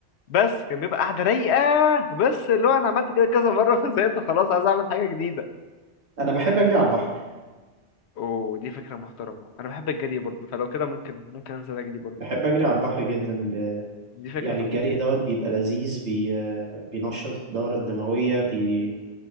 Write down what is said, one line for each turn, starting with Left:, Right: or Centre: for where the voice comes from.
Left: بس كان بيبقى قعده رايقه بس اللي هو انا عملت كده كذا مره <laughs> فزهقت خلاص عايز اعمل حاجه جديده
Right: انا بحب اجري على البحر
Left: ودي فكره محترمه انا بحب الجري برضه فلو كده ممكن ممكن انزل اجري برضه
Right: بحب اجري على البحر جدا ب...
Left: دي فكره
Right: يعني الجري دوت بيبقى لذيذ بي... آه، بينشط الدورة الدموية بي...